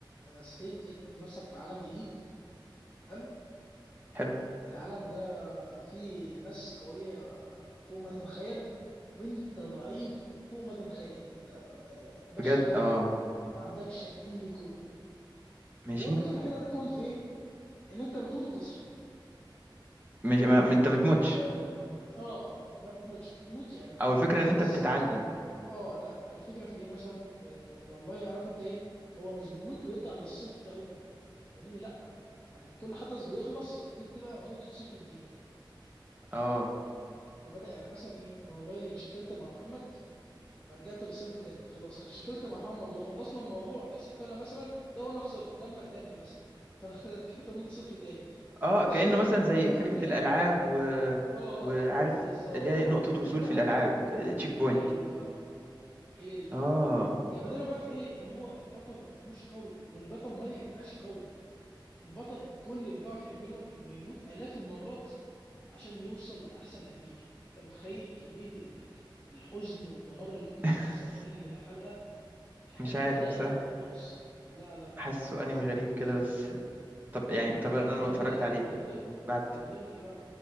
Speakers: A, on the left (about 15°); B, on the right (about 20°).
A: آه، صحيت لقيت نفسك في عالم جديد حلو
B: حلو
A: العالم ده فيه ناس قوية فوق ما تتخيل وانت ضعيف فوق ما تتخيل انت آه، بشري
B: بجد
A: عادي
B: اه
A: ما عندكش اي قوه
B: ماشي
A: قوتك الوحيده ده كمان في ايه ان انت بتموت وبتصحى
B: ماشي ما... ما انت بتموتش
A: ف اه ما بتموتش بتموت يعني انت
B: او الفكره
A: الحدث
B: ان انت بتتعلم
A: اه لا الفكره في ايه مثلا آه والله عارف انت ايه هو مش بيموت ويرجع للصفر قوي فاهمني لا يعني كل حدث بيخلص دي بتبقى نقطه صفر جديده
B: اه
A: فبدا يعني مثلا ايه انا والله اتشكلت مع محمد فرجعت للصفر تاني خلاص شكلت مع محمد وخلصنا الموضوع كسبت انا مثلا ده وانا خسرت دم قتلني مثلا فانا <laughs> رجعت نقطة صفر تاني
B: اه كأنه
A: شكلت
B: مثلا
A: مع محمد
B: زي
A: وعدينا
B: فكرة الألعاب و...
A: اه
B: وعارف
A: اه بالظبط
B: اللي هي نقطة
A: بترجع
B: وصول في الألعاب
A: ل-
B: تشيك بوينت
A: ايوه هي دي الفكره
B: اه
A: جمدانه بقى في ايه ان هو البطل مش قوي والبطل ما بيبقاش قوي البطل كل اللي بيعرف يعمله انه يموت الاف المرات عشان يوصل لاحسن نتيجه انت متخيل كميه ال- ال- الحزن والدمار اللي ممكن
B: <laughs>
A: بتحصل كل حلقه حاجه
B: مش عارف
A: كده
B: بصراحة
A: بؤس لا لا لا
B: حاسه
A: آه،
B: انمي
A: انصحك
B: غريب
A: بيها
B: كده
A: بشده
B: بس طب يعني طب
A: ما
B: انا
A: هي دي جمدان
B: لو اتفرجت عليه
A: جمدانه
B: بعد
A: جمدانه في ايه بقى